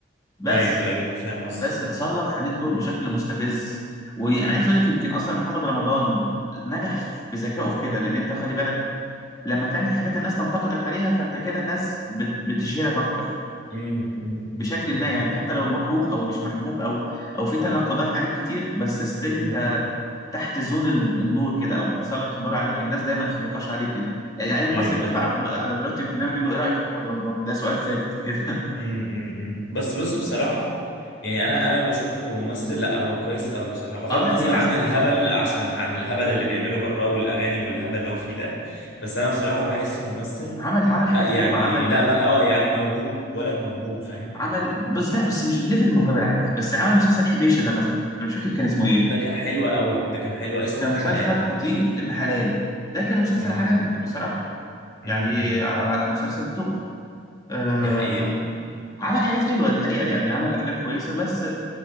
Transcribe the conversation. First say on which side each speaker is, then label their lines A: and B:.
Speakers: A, on the left; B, on the left.
A: بس
B: ايوه ايوه فاهم قصدي
A: بس اتسلط عليه الضوء بشكل مستفز وانا عايز اقول لك يمكن اصلا محمد رمضان نجح بذكائه في كده لان انت خلي بالك لما تعمل حاجات الناس تنتقدك عليها فانت كده الناس بت- بتشهرك اكتر
B: مم. مم.
A: بشكل
B: مم. مم.
A: ما يعني حتى لو مكروه او مش محبوب او او في تناقضات عليك كتير بس ستيل
B: مم.
A: انت تحت زون ال- النور كده او بتسلط النور عليك الناس دايما في نقاش عليك كده يعني اي ممثل
B: ايوه
A: بيطلع
B: انا فاهم
A: دلوقتي على دلوقتي البرنامج يقول له ايه رايك في محمد رمضان ده سؤال ثابت كده <laughs>
B: امم امم، امم. بس بص بصراحة يعني انا انا بشوفه كممثل لا هو كويس قوي بصراحة بغض
A: اه لا
B: النظر
A: بيمثل
B: عن الهبل
A: اه اه
B: عشان
A: اه
B: ال- عن الهبل اللي بيعمله براه والاغاني والهبل اللي هو فيه ده بس انا بصراحة بحسه ممثل
A: عمل عمل حاجات
B: لا يعني
A: حلوه عمل
B: لا
A: آه،
B: ما
A: مسلسل
B: اه يعني موهوب ولد موهوب فاهم
A: عمل بس لا بس مش بليفل الموهبه العادي بس عمل مسلسل حبيشه ده مثلا انا مش فاكر كان اسمه ايه
B: ده كان حلو قوي ده كان حلو اسمه
A: كان
B: ابن
A: مسلسل
B: حلال
A: خطير ابن حلال ده كان مسلسل
B: امم
A: عالمي بصراحه
B: امم
A: يعني
B: امم.
A: على مسلسل توب آه،
B: دي حقيقة
A: عمل حاجات حلوه دي حقيقه يعني عمل افلام كويسه بس